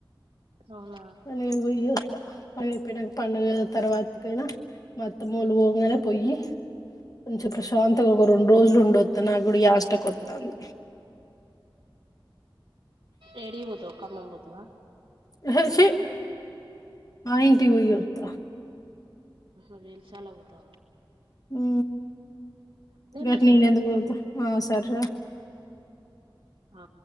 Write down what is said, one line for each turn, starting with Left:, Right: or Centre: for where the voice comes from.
Right: అవునా
Left: ఇగ నేను పోయి వస్ పని అయిపోయినక పండుగ తర్వాతకైనా మా అత్తమ్మోలు పొంగనే పోయి కొంచెం ప్రశాంతంగా ఒక రెండు రోజులు ఉండొచ్చ త నా గుడ యష్ట కొత్తంది
Right: ఎడివోతవ్ ఖమ్మం పోతవా
Left: యేహె చి మా యింటి పోయి అత్త
Right: ఆహా వేలిచాలా పోతవ
Left: ఉ గట్
Right: మరి
Left: నేనెందుకు పోత హ సరే రా
Right: ఆ......